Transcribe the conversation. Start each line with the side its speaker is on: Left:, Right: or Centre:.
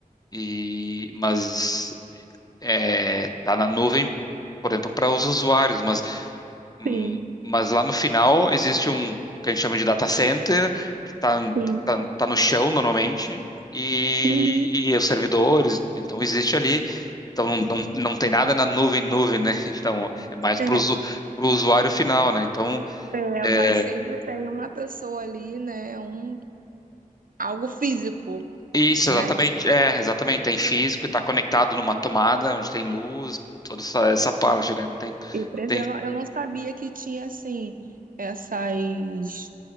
Left: e, mas é, tá na nuvem, por exemplo, para os usuários, mas, hum,
Right: Sim,
Left: mas lá no final existe um que a gente chama de data center, que tá,
Right: sim.
Left: tá, tá no chão normalmente, e,
Right: Uhum.
Left: e os servidores, então existe ali. Então não, não, não tem nada na nuvem, nuvem, né? <laughs> Então é mais
Right: É,
Left: para o usuário final, né? Então.
Right: é,
Left: é,
Right: mas sempre tem uma pessoa ali, né? Um, algo físico,
Left: Isso,
Right: né?
Left: exatamente. É, exatamente. Tem físico e está conectado numa tomada onde tem luz, toda essa, essa parte, né? Não tem,
Right: E o preço,
Left: tem.
Right: eu não, eu não sabia que tinha, assim, essas